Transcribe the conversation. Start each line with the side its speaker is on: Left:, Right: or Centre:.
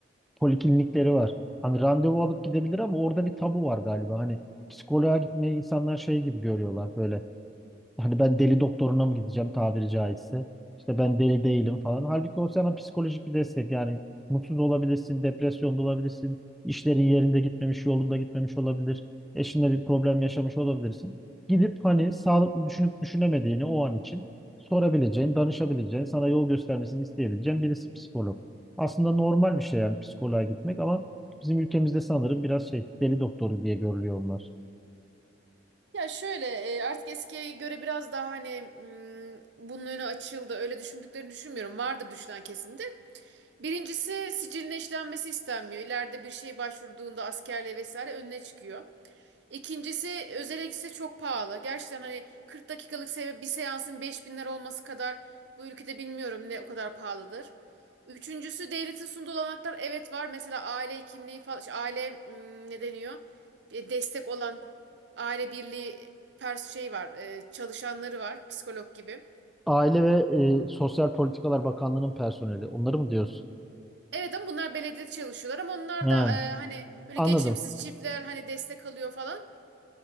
Centre: Poliklinikleri var. Hani randevu alıp gidebilir ama orada bir tabu var galiba. Hani psikoloğa gitmeyi insanlar şey gibi görüyorlar böyle. Hani ben deli doktoruna mı gideceğim tabiri caizse? İşte ben deli değilim falan. Halbuki o sana psikolojik bir destek. Yani mutsuz olabilirsin, depresyonda olabilirsin, işlerin yerinde gitmemiş, yolunda gitmemiş olabilir, eşinle bir problem yaşamış olabilirsin. Gidip hani sağlıklı düşünüp düşünemediğini o an için sorabileceğin, danışabileceğin, sana yol göstermesini isteyebileceğin birisi psikolog. Aslında normal bir şey yani psikoloğa gitmek ama bizim ülkemizde sanırım biraz şey deli doktoru diye görülüyor onlar.
Right: Ya şöyle e, artık eskiye göre biraz daha hani mm, bunun önü açıldı. Öyle düşündüklerini düşünmüyorum. Vardır düşünen kesin de. Birincisi siciline işlenmesi istenmiyor. İleride bir şey başvurduğunda askerle vesaire önüne çıkıyor. İkincisi özele gitse çok pahalı. Gerçekten hani 40 dakikalık se- bir seansın 5000 lira olması kadar bu ülkede bilmiyorum ne o kadar pahalıdır. Üçüncüsü devletin sunduğu olanaklar evet var. Mesela aile kimliği falan, şey, aile mm, ne deniyor? E, Destek olan aile birliği pers şey var, e, çalışanları var, psikolog gibi.
Centre: Aile ve e, Sosyal Politikalar Bakanlığı'nın personeli. Onları mı diyorsun?
Right: Evet ama bunlar belediyede çalışıyorlar ama onlar
Centre: Yani.
Right: da e, hani böyle
Centre: Anladım.
Right: geçimsiz çiftler hani destek alıyor falan.